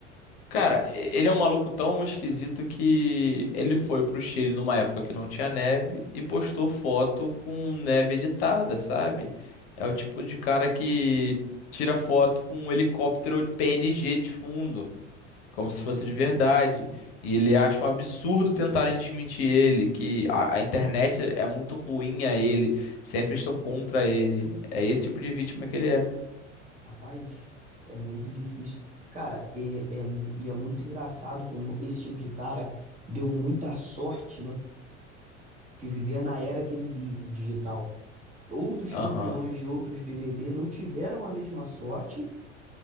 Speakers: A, on the left; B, on the right.
A: Cara, ele é um maluco tão esquisito que ele foi pro Chile numa época que não tinha neve e postou foto com neve editada, sabe? É o tipo de cara que tira foto com um helicóptero de PNG de fundo, como se fosse de verdade. E ele acha um absurdo tentarem desmentir ele, que a, a internet é muito ruim a ele, sempre estão contra ele. É esse tipo de vítima que ele é.
B: Rapaz, é muito difícil. Cara, é, é, mu- e é muito engraçado como esse tipo de cara deu muita sorte, né? De viver na era que ele vive, digital. Outros
A: Aham,
B: campeões de outros BBB não tiveram a mesma sorte